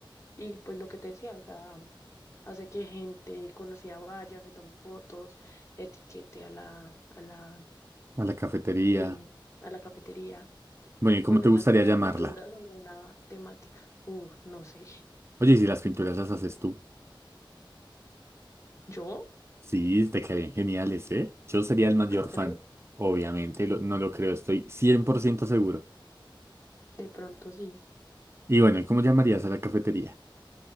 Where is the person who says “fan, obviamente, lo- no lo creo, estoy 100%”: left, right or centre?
Right